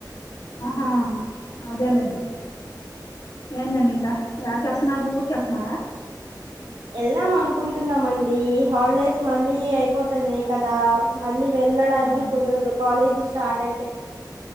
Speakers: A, on the left (about 55°); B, on the right (about 75°).
A: అహా అదేలేండి ఏందండి ఇంకా యాడికి ఎళ్తున్నారు ఊరికి ఎళ్తున్నారా
B: ఎళ్దాం అనుకుంటున్నామండి ఈ హాలిడేస్ మళ్ళీ అయిపోతన్నాయ్ కదా మళ్ళీ వెళ్ళడానికి
A: ఆ
B: కుదురుదు కాలేజీ స్టార్ట్ అయితే